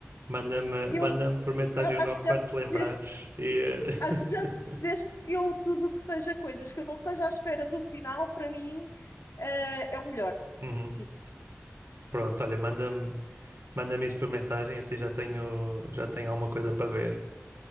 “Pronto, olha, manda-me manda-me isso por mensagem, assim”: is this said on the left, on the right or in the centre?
Right